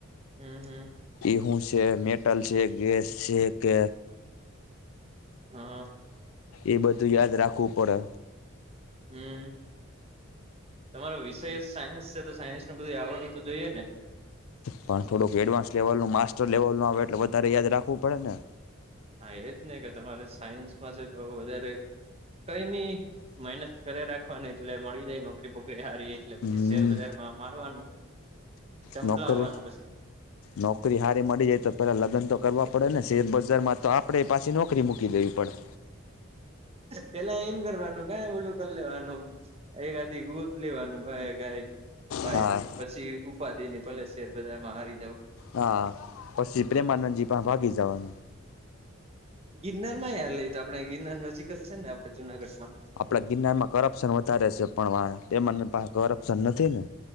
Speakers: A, on the right; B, on the left.
A: અમ હમ્મ.
B: એ હુ છે? મેટલ છે? ગેસ છે કે
A: હા.
B: એ બધું યાદ રાખવું પડે.
A: હમ્મ. તમારો વિષય સાયન્સ છે તો સાયન્સનુ બધુંય આવડવું તો જોઈએ ને?
B: પણ થોડુંક એડવાન્સ લેવલનું માસ્ટર લેવલનું આવે એટલે વધારે યાદ રાખવું પડે ને.
A: હા એજને કે તમારે સાયન્સમાં છે તો વધારે કંઈની મહેનત કર્યા રાખવાની એટલે મળી જાય નોકરી બોકરી હારી એટલે પછી
B: હમ
A: શેરબજારમાં મારવાનું ચંપલાવવાનું
B: નોકરી
A: પછી
B: નોકરી હારી મળી જાય તો પહેલાં લગ્ન તો કરવા પડે ને? શેરબજારમાં તો આપણે પાછી નોકરી મૂકી દેવી પડે.
A: પેલા એમ કરવાનું કાં ઓલું કરી લેવાનું. એક આધી ગોત લેવાનું ભાઇ અગારી. ભાઈ
B: હા
A: પછી ઉપાધી નય. ભલે શેરબજારમાં હારી જાવ.
B: હા પછી પ્રેમાનંદજી પાહે ભાગી જવાનું.
A: ગિરનારમાંય હાલે ઈ તો આપડે ગિરનાર નજીક જ છેને આપડે જુનાગઢમાં.
B: આપડા ગિરનારમાં કરપ્શન વધારે છે પણ વાંહે પ્રેમાનંદ પાહે કરપ્શન નથી ને?